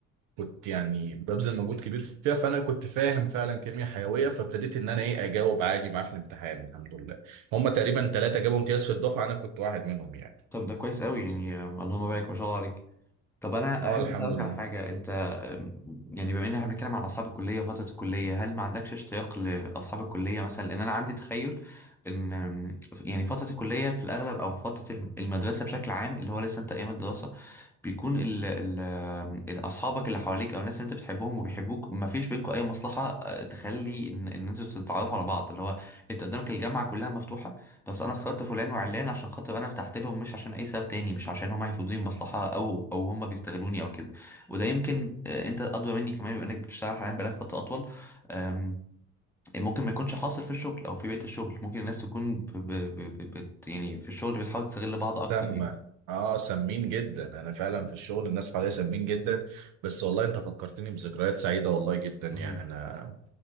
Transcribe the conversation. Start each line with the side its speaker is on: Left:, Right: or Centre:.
Right: كنت يعني ببذل مجهود كبير فيها فانا كنت فاهم فعلا كيمياء حيويه فابتديت ان انا ايه اجاوب عادي معاه في الامتحان الحمد لله هم تقريبا ثلاثه جابوا امتياز في الدفعه انا كنت واحد منهم يعني
Centre: طب ده كويس قوي يعني آم، اللهم بارك ما شاء الله عليك طب انا
Right: اه
Centre: احب
Right: الحمد
Centre: اسالك
Right: لله
Centre: على حاجه انت آم، يعني بما ان احنا بنتكلم على اصحاب الكليه وفتره الكليه هل ما عندكش اشتياق لاصحاب الكليه مثلا لان انا عندي تخيل ان آم، يعني فتره الكليه في الاغلب او فتره الم- المدرسه بشكل عام اللي هو لسه انت ايام الدراسه بيكون ال ال ال- اصحابك اللي حواليك او الناس اللي انت بتحبهم وبيحبوك ما فيش بينكم اي مصلحه آه، تخلي ان ان انتوا تتعرفوا على بعض اللي هو انت قدامك الجامعه كلها مفتوحه بس انا اخترت فلان وعلان عشان خاطر انا ارتحت لهم مش عشان اي سبب تاني مش عشان هم هيفيدوني بمصلحه او او هم بيستغلوني او كده وده يمكن آه، انت ادرى مني كمان بما انك بتشتغل حاليا بقالك فتره اطول آم، ممكن ما يكونش حاصل في الشغل او في بيئه الشغل ممكن الناس تكون ب ب ب ب بت- يعني في الشغل بتحاول تستغل
Right: سامة
Centre: بعض اكتر يعني
Right: اه سمين جدا انا فعلا في الشغل الناس حواليا سمين جدا بس والله انت فكرتني بذكريات سعيده والله جدا يعني
Centre: مم.
Right: انا